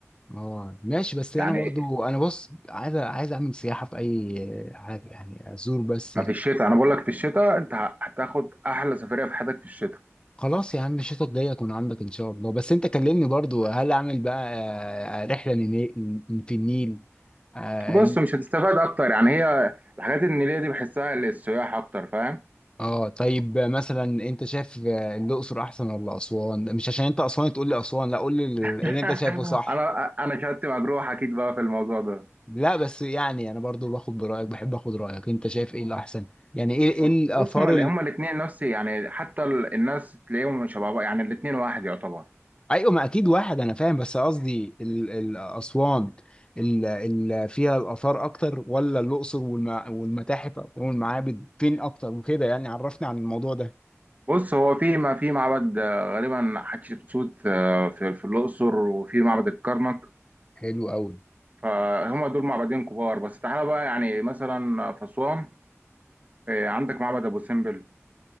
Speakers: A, on the left; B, on the right.
A: اه ماشي بس انا
B: يعني
A: برضو انا بص عايز عايز اعمل سياحه في اي حاجه يعني ازور بس
B: ما في الشتاء انا بقول لك في الشتاء انت هتاخد احلى سفريه في حياتك في الشتاء
A: خلاص يا عم الشتا الجاي اكون عندك ان شاء الله بس انت كلمني برضو هل اعمل بقى آه، رحلة للني- في النيل اه
B: بص مش هتستفاد اكتر يعني هي الحاجات النيليه دي بحسها للسياح اكتر فاهم
A: آه، طيب مثلا انت شايف آه، الاقصر احسن ولا اسوان مش عشان انت اسوان تقول لي اسوان لا قول لي ال-
B: <laughs>
A: اللي انت شايفه صح
B: انا انا شهادتي مجروح اكيد بقى في الموضوع ده
A: لا بس يعني انا برضو باخد برايك بحب اخد رايك انت شايف ايه الاحسن يعني ايه ايه
B: وال-
A: الاثار
B: بص هما ال- هما الاثنين نفس يعني حتى ال- الناس تلاقيهم شبه بعض يعني الاثنين واحد يعتبر
A: ايوه ما اكيد واحد انا فاهم بس قصدي ال- ال- اسوان اللي فيها الاثار اكتر ولا الاقصر والم- والمتاحف والمعابد فين اكتر وكده يعني عرفني عن الموضوع ده
B: بص هو في ما في معبد آه، غالبا حتشبسوت آه، في في الاقصر وفي معبد الكرنك
A: حلو قوي
B: فهم دول معبدين كبار بس تعالى بقى يعني مثلا في اسوان آه، عندك معبد ابو سمبل